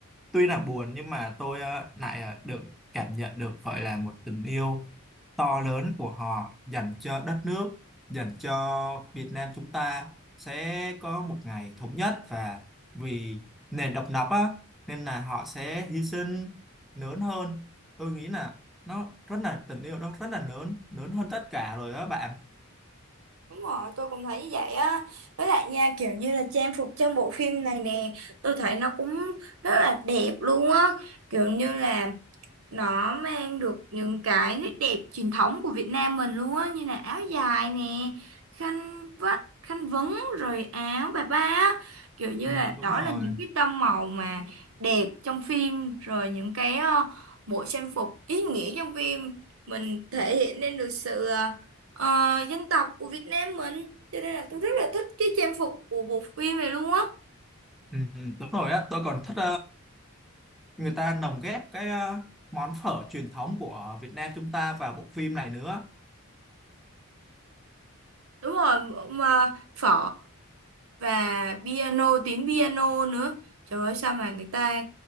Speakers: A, in the centre; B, on the right (about 70°).
A: tuy là buồn nhưng mà tôi á, lại à, được cảm nhận được gọi là một tình yêu to lớn của họ dành cho đất nước, dành cho Việt Nam chúng ta sẽ có một ngày thống nhất và vì nền độc lập á nên là họ sẽ hy sinh lớn hơn. Tôi nghĩ là nó rất là tình yêu nó rất là lớn, lớn hơn tất cả rồi á bạn.
B: Đúng rồi, tôi cũng thấy như vậy á. Với lại nha, kiểu như là trang phục trong bộ phim này nè, tôi thấy nó cũng rất là đẹp luôn á. Kiểu như là nó mang được những cái nét đẹp truyền thống của Việt Nam mình luôn á như là áo dài nè khăn vắt khăn vấn rồi áo bà ba á. kiểu như
A: Ừ,
B: là
A: đúng
B: đó
A: rồi.
B: là những cái tông màu mà đẹp trong phim rồi những cái ờ, bộ trang phục ý nghĩa trong phim mình thể hiện lên được sự ờ, ờ, dân tộc của Việt Nam mình cho nên là tôi rất là thích cái trang phục của bộ phim này luôn á
A: Ừ, đúng rồi á, tôi còn thích người ta lồng ghép cái ờ, món phở truyền thống của Việt Nam chúng ta vào bộ phim này nữa.
B: Đúng rồi, mà phở và piano, tiếng piano nữa. Trời ơi, sao mà người ta